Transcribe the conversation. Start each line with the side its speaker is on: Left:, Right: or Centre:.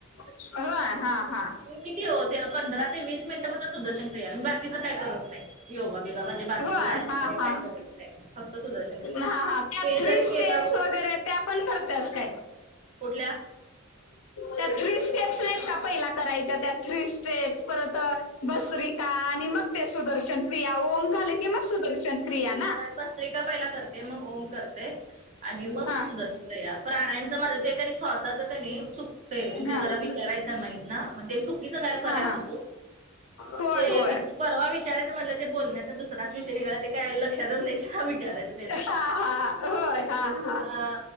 Left: होय हा हा
Right: किती ओ त्याला पंधरा ते वीस मिनटं मग सुद्दर्शकियाला मी बाकीचं काय करत नाही योगा बिगा म्हणजे बाकीचा
Left: होय
Right: व्यायाम
Left: हा
Right: वगैरे
Left: हा.
Right: काय कर नाही फक्त सुदर्शन क्रिया
Left: हा
Right: ते
Left: हा त्या थ्री
Right: जरी
Left: स्टेप्स
Right: केलावर
Left: वगैरे त्या पण करत्यास काय
Right: कुठल्या
Left: त्या थ्री स्टेप्स नाहीत का पहिला करायच्या त्या थ्री स्टेप्स परत भसरिका आणि मग ते सुदर्शन क्रिया ओम झाले की मग सुदर्शन क्रिया ना
Right: पसत्रेका पहिला करते मग ओम करते आणि मग
Left: हा
Right: सुदर्शन प्राणांचं माझं ते क शवासाचं कनी चुकतंय म्हणज ते
Left: हा.
Right: जरा विचारायचं. चुकीच काय करायला
Left: हा हा
Right: नको
Left: होय
Right: ते
Left: होय
Right: परवा.. विचारायच म्हणलं ते बोलण्याचा दुसराच विषय निघाला ते काय लक्षातच नाही स विचाराचं.
Left: हा हा होय हा हा.
Right: हा.